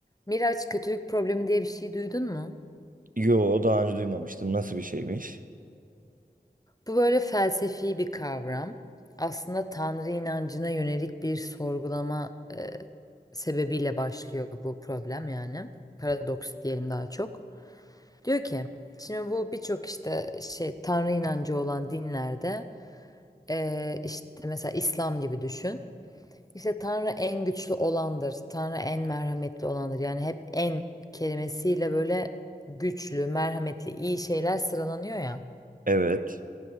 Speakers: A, on the left; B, on the right.
A: Miraç kötülük problemi diye bir şey duydun mu?
B: Yo, daha önce duymamıştım. Nasıl bir şeymiş?
A: Bu böyle felsefi bir kavram. Aslında Tanrı inancına yönelik bir sorgulama e, sebebiyle başlıyor bu problem yani. Paradoks diyelim daha çok. Diyor ki, şimdi bu birçok işte şey Tanrı inancı olan dinlerde e, işte mesela İslam gibi düşün. İşte Tanrı en güçlü olandır, Tanrı en merhametli olandır. Yani hep en kelimesiyle böyle güçlü, merhametli, iyi şeyler sıralanıyor ya.
B: Evet.